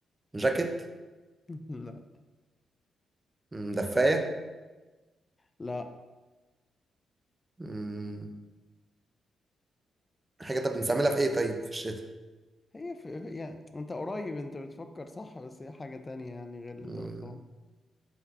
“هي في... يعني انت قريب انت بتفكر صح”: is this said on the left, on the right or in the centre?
Left